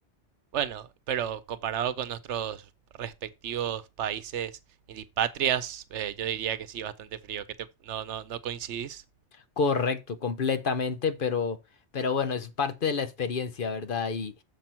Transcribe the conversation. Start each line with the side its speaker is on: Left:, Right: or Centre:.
Right: Bueno, pero comparado con nuestros respectivos países y patrias, eh, yo diría que sí, bastante frío. ¿Qué te- no, no, no coincidís?
Left: Correcto, completamente, pero, pero bueno, es parte de la experiencia, ¿verdad? Y,